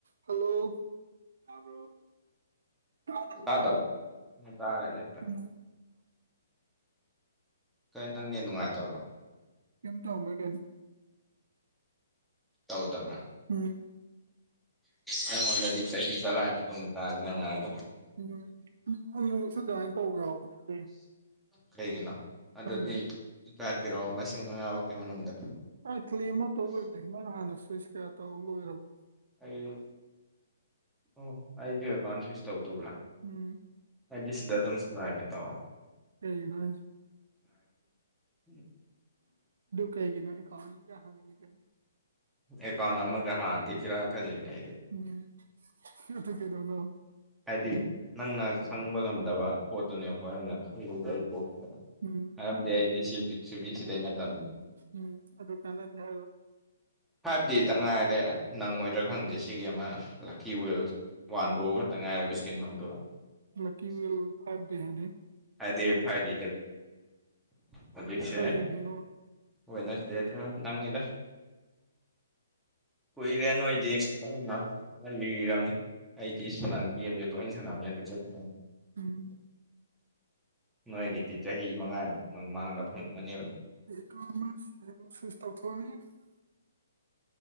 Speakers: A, on the right (about 60°); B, in the centre.
A: ꯍꯜꯂꯣ ꯇꯥꯕ꯭ꯔꯣ <unintelligible>
B: ꯇꯥꯗꯕ ꯇꯥꯔꯦ ꯍꯧꯖꯤꯛꯇ
A: <inaudible>
B: ꯅꯪ ꯅꯦꯠ ꯅꯨꯡꯉꯥꯏꯇꯕ꯭ꯔꯣ
A: ꯀꯩꯝ ꯇꯧꯔꯝꯃꯣꯏ ꯀꯩꯅꯣ
B: ꯇꯧꯗꯕ꯭ꯔꯥ
A: ꯎꯝ
B: ꯑꯩꯉꯣꯟꯗꯗꯤ ꯆꯍꯤ ꯇꯔꯥ ꯃꯇꯨꯡꯨꯡ ꯇꯥꯏ ꯅꯪ ꯉꯥꯡꯏꯗꯨ
A: ꯎꯝ <unintelligible> ꯑꯗꯨꯃꯥꯏꯅ ꯇꯧꯕ ꯌꯥꯎꯕꯅꯦ ꯑꯗꯨꯏꯅꯦ
B: ꯀꯩꯒꯤꯅꯣ ꯑꯗꯨꯗꯤꯐꯠꯄꯤꯔꯛꯑꯣ
A: ꯈꯪꯗꯦ
B: ꯃꯁꯤꯡ ꯃꯉꯥ ꯐꯥꯎꯀꯤ ꯃꯅꯨꯡꯗ
A: <unintelligible>
B: ꯑꯩ ꯑꯣ ꯑꯩꯁ ꯀꯣꯟꯁꯤꯁ ꯇꯧꯗꯕ꯭ꯔꯥ
A: ꯎꯝ
B: ꯍꯥꯏꯗꯤ ꯁꯤꯗ ꯑꯗꯨꯝ ꯁꯉꯥꯏꯔꯒꯦ ꯇꯑꯣ
A: ꯀꯩꯒꯤꯅꯣ ꯍꯥꯏꯁꯦ
B: <unintelligible>
A: ꯀꯩꯒꯤꯅꯣ ꯑꯦꯀꯥꯅꯤꯒ ꯍꯥꯏꯉꯗ
B: ꯑꯦꯀꯥꯎꯟ ꯑꯃꯒ ꯍꯥꯡꯈꯤꯁꯤꯔꯥ ꯈꯜꯂꯤꯅꯦ ꯑꯩꯗꯤ
A: ꯎꯝ ꯑꯗꯨ ꯀꯩꯗꯧꯅꯣ
B: ꯍꯥꯏꯗꯤ ꯅꯪꯅ ꯈꯪꯕ ꯉꯝꯗꯕ ꯄꯣꯠꯇꯨꯅꯦꯕꯀꯣ ꯑꯩꯅ ꯈꯗ ꯑꯩ ꯇꯣꯛꯈꯤꯕꯗꯅ
A: ꯎꯝ
B: ꯃꯔꯝꯗꯤ ꯑꯩꯗꯤ ꯁꯤꯕꯤ ꯁꯤꯗꯩ ꯅꯠꯇ
A: ꯎꯝ ꯑꯗꯨ ꯀꯥꯟꯗ ꯍꯥꯏꯕ꯫
B: ꯐꯥꯏꯚꯗꯦꯇꯪ ꯉꯥꯏꯔꯦ ꯅꯪꯉꯣꯏꯗ꯭ꯔꯥ ꯈꯪꯗꯦ ꯁꯤꯒꯤ ꯑꯃ ꯂꯛꯀꯤ ꯋꯤꯜ ꯋꯥꯟꯗ꯭ꯔꯣꯑ ꯇ ꯉꯥꯏꯔꯕ ꯏꯁꯀꯤꯟ ꯐꯪꯗꯣꯕ
A: ꯂꯛꯀꯤ ꯋꯤꯜ ꯐꯥꯏꯚ ꯗꯦ ꯍꯥꯏꯗꯤ
B: ꯍꯥꯏꯗꯤ ꯐꯥꯏꯗꯦ <inaudible>
A: ꯀꯩ ꯏꯚꯦꯟꯅꯣ
B: ꯋꯟꯅꯁꯗꯦ ꯊ ꯅꯪꯉꯦꯗ ꯀꯨꯏꯔꯦ ꯅꯣꯏꯗꯤ <inaudible> ꯂꯤꯔꯝꯅꯤ ꯑꯩꯗꯤ ꯒꯦꯝꯖꯦ ꯇꯣꯏꯅ ꯁꯥꯟꯝꯅꯤꯅ <inaudible>
A: ꯎꯝ
B: ꯅꯣꯏꯒꯤꯗꯤ ꯆꯍꯤ ꯃꯉꯥ ꯃꯃꯥꯡꯗ ꯐꯪꯉꯃꯅꯦꯕ
A: <unintelligible>